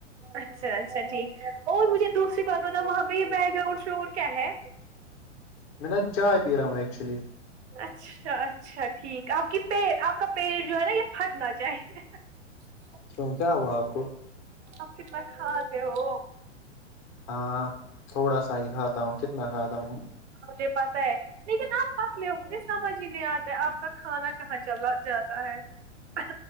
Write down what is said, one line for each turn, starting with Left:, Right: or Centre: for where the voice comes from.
Right: اچھا اچھا ٹھیک اور مجھے دوسری بات پتا وہاں پہ یہ بیک گراؤنڈ شو کیا ہے
Left: میں نا چائے پی رہا ہوں ایکچولی
Right: اچھا اچھا ٹھیک آپ کی پ آپ کا پیڑ جو ہے نا یہ پھٹنا چاہیے <unintelligible>
Left: کیوں کیا ہوا آپ کو
Right: آپ کتنا کھاتے ہو
Left: ہاں تھوڑا سا ہی کھاتا ہوں کتنا کھاتا ہوں
Right: مجھے پاسہ ہے لیکن آپ پک لے ہو مجھے سمجھ ہی نہیں آتا آپ کا کھانا کہاں چلا جاتا ہے ہ